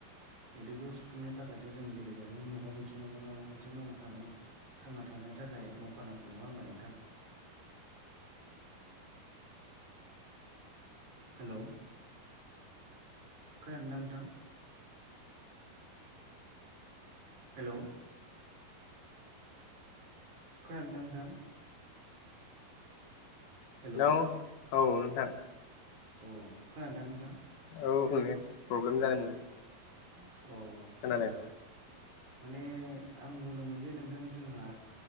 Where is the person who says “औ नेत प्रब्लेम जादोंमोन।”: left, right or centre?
Left